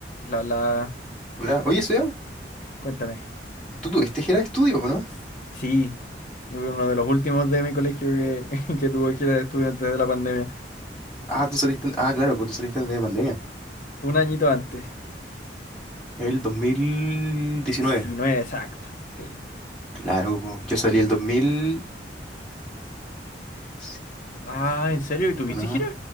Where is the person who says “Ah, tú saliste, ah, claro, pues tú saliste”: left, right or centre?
Centre